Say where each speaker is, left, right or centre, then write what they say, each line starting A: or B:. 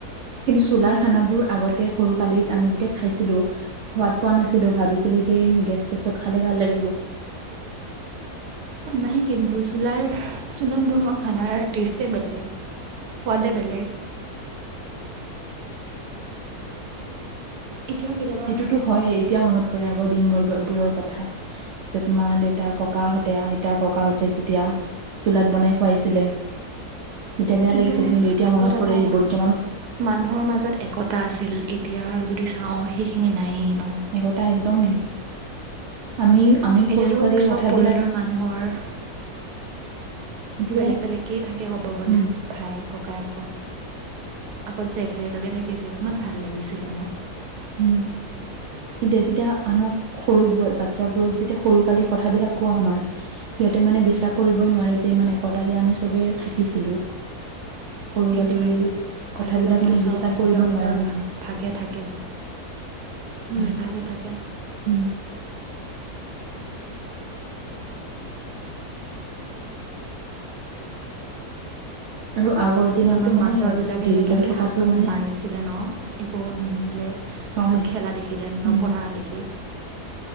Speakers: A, on the right (about 65°); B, on the right (about 80°).
A: কিন্তু চোলাৰ খানা বোৰ আগতে সৰু কালিত আমি যেতিয়া খাইছিলো সোৱাদ পোৱা নাছিল লো ভাবিছিলো যে গেছ চেছত খালে ভাল লাগিব।
B: নাই কিন্তু চোলাৰ চোলাত বনোৱা খানাৰ টেষ্টেই বেলেগ, সোৱাদে বেলেগ। এতিয়াও কেতিয়াবা
A: সেইটোতো হয়েই এতিয়াও মনত পৰে আগৰ দিন বোৰ বোৰৰ কথা। য'ত মা দেউতা ককাহঁতে আইতা ককাহঁতে যেতিয়া চোলাত বনাই খুৱাইছিলে। তেতিয়া বেয়া
B: কিন্তু
A: লাগিছিলে এতিয়া
B: আগত
A: মনত পৰে
B: আকৌ
A: সেইবোৰ কিমান
B: মানুহৰ মাজত একতা আছিল এত এতিয়া যদি চাওঁ সেইখিনি নায়েই ন?
A: একতা একদম নাই। আমি আমি সৰু
B: এতিয়াতো
A: কালিৰ
B: সব
A: কথাবিলাক
B: পৰিয়ালৰ মানুহৰ
A: সেইটোৱে
B: বেলেগ বেলেগকেই থাকে ক'ব গ'লে।
A: উম,
B: ভায়েক ককায়েকহত আগত যে একেলগে থাকিছিল ইমান ভাল লাগিছিলে ন।
A: উম। এতিয়া যেতিয়া আনক সৰু বাচ্ছাবোৰক যেতিয়া সৰু কালিৰ কথাবিলাক কোৱা আমাৰ সিহঁতে মানে বিশ্বাস কৰিবই নোৱাৰে যে ইমান একতাৰে আমি সবে থাকিছিলো। সৰু
B: সেইটোৱে
A: কালিৰ কথাবিলাক
B: আজিকালিতো
A: মানে
B: সব
A: বিশ্বাস
B: নিজৰ
A: কৰিব নোৱাৰা
B: নিজৰ
A: হৈ যায়।
B: ভাগে থাকে।
A: হয়।
B: নিজভাগে থাকে।
A: উম, আৰু আগৰ দিনতো
B: এই আমাক
A: মানে
B: মাষ্টৰবিলাকে
A: দেৰিলৈ
B: যে কেনেকৈ
A: থকাটো
B: হাতত
A: মানে
B: মাৰিছিলে ন একো নুশুনিলে
A: হয়
B: বা আমাক খেলা দেখিলে নপঢ়া
A: উম।
B: দেখি?